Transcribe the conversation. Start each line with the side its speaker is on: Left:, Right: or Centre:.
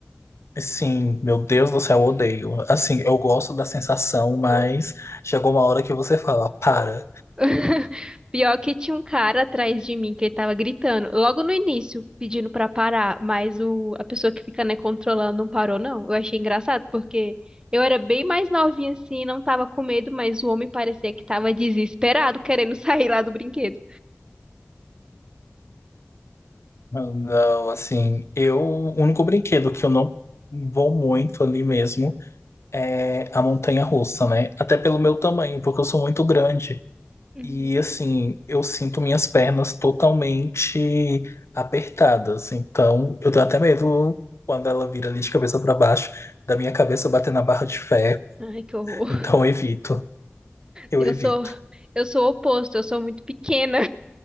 Left: sim, meu Deus do céu, eu odeio. Assim, eu gosto da sensação, mas chegou uma hora que você fala, para.
Right: <laughs> Pior que tinha um cara atrás de mim que ele tava gritando, logo no início, pedindo pra parar, mas o, a pessoa que fica, né, controlando não parou, não. Eu achei engraçado, porque eu era bem mais novinha assim, não tava com medo, mas o homem parecia que tava desesperado, querendo <laughs> sair lá do brinquedo.
Left: Não, assim, eu, o único brinquedo que eu não vou muito ali mesmo é a montanha russa, né? Até pelo meu tamanho, porque eu sou muito grande.
Right: Uhum.
Left: E assim, eu sinto minhas pernas totalmente apertadas. Então, eu tenho até medo quando ela vira ali de cabeça para baixo, da minha cabeça bater na barra de ferro.
Right: Ai, que horror.
Left: Então, eu evito. Eu
Right: Eu
Left: evito.
Right: sou, eu sou o oposto, eu sou muito pequena.